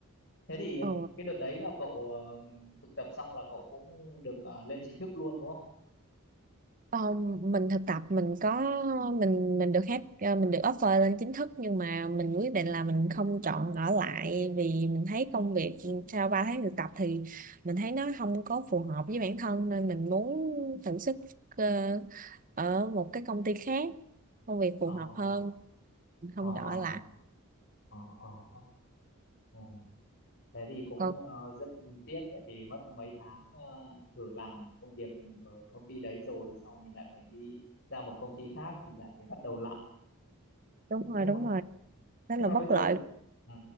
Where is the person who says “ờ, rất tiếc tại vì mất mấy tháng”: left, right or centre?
Left